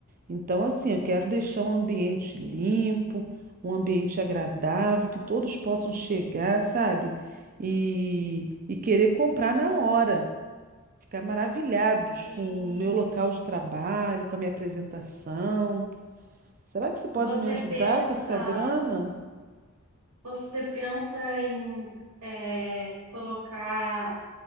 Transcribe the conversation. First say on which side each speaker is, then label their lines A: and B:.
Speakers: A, on the right (about 40°); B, on the right (about 85°).
A: Então, assim, eu quero deixar um ambiente limpo, um ambiente agradável, que todos possam chegar, sabe? E, e querer comprar na hora ficar maravilhados
B: Sim.
A: com o meu local de trabalho, com a minha apresentação. Será que você pode
B: Você
A: me ajudar
B: pensa,
A: com essa grana?
B: você pensa em é, colocar